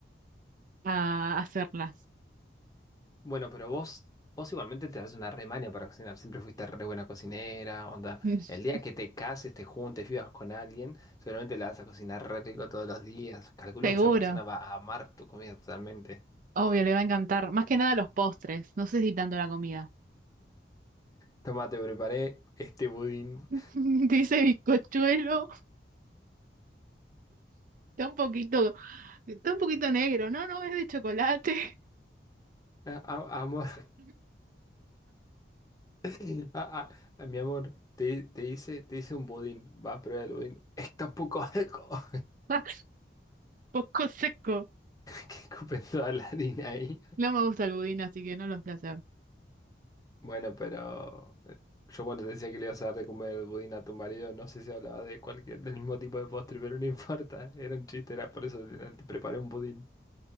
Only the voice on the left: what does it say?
Bueno, pero vos, vos igualmente te das una remaña para cocinar. Siempre fuiste re buena cocinera, onda.
El día que te cases, te juntes, vivas con alguien, seguramente la vas a cocinar re rico todos los días. Calculo
que esa persona va a amar tu comida totalmente.
Toma, te preparé este budín.
<laughs> A- a- amor,
<laughs> a- a- a- mi amor, te, te hice, te hice un budín. Va a probar el budín. <laughs> Está un poco seco. <laughs>
Que escupen toda la harina ahí.
Bueno, pero eh, yo cuando te decía que le ibas a dar de comer budín a tu marido, no sé si hablaba de cualquier, del mismo tipo de postre, pero no <laughs> importa, era un chiste, era por eso te, te preparé un budín.